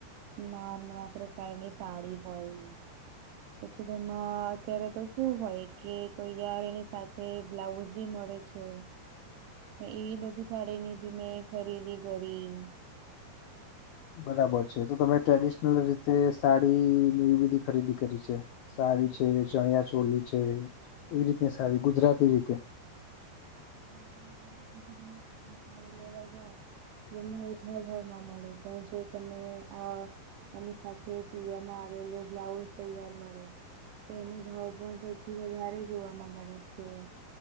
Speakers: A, on the right; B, on the left.
A: નવા નવા પ્રકારની સાડી હોય. પછી તેમાં અત્યારે તો કેવુ હોય કે કોઈ તાર એની સાથે બ્લાઉઝ બી મળે છે. એવી બધી સાડીની બી મેં ખરીદી કરી.
B: બરાબર છે તો તમે ટ્રેડિશનલ રીતે સાડી એવી બધી ખરીદી કરી છે. સારી છે ચણિયા ચોળ છે, એ રીતને સારી ગુજરાતી રીતે.
A: <unintelligible> એને ઉજવ ભર માં મળી પણ જે તમે આ એની સાથે શિવમાં આવેલો બ્લાઉઝ તૈયાર મળે. તેનો ભાવ પણ પછી વધારે જોવામાં મળે છે.